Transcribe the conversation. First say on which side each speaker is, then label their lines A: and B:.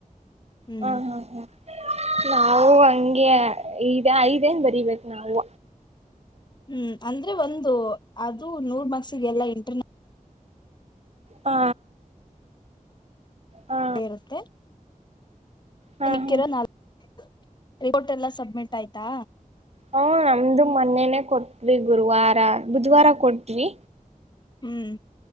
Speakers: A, on the left; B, on the right.
A: ಹ್ಮ್
B: ಹ ಹಾ ಹ ನವು. ನಂಗೆ ಐದೆನ್ ಬರಿಬೇಕು ನಾವು
A: ಹ್ಮ್ ಅಂದ್ರೆ ಒಂದು ಅದು ನೂರ್ ಮಾರ್ಕ್ಸಿಗೆ ಎಲ್ಲ ಇಂಟರ್ನಲ್..
B: ಹಾ ಹಾ
A: ಏನಂತೆ
B: ಹಾ
A: ಮಿಕ್ಕಿರೋ
B: ಹಾ
A: ನಾಲ್ಕು ರಿಪೋರ್ಟ್ ಎಲ್ಲ ಸಬ್ಮಿಟ್. ಊಟ ಆಯ್ತಾ
B: ಹಾ ನಮ್ದು ಮೊನ್ನೆನೆೇ ಕೊಟ್ವಿ ಗುರುವಾರ ಬುಧ್ವಾರ ಕೊಡ್ತೀವಿ
A: ಹ್ಮ್